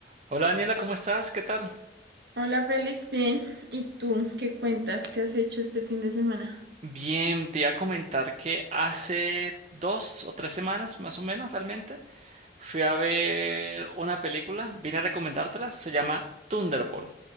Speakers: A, on the right; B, on the right.
A: Hola Daniela, ¿cómo estás? ¿Qué tal?
B: Hola Félix, bien. ¿Y tú qué cuentas? ¿Qué has hecho este fin de semana?
A: Bien, te iba a comentar que hace dos o tres semanas, más o menos realmente, fui a ver una película, vine a recomendártela, se llama Thunderbolt.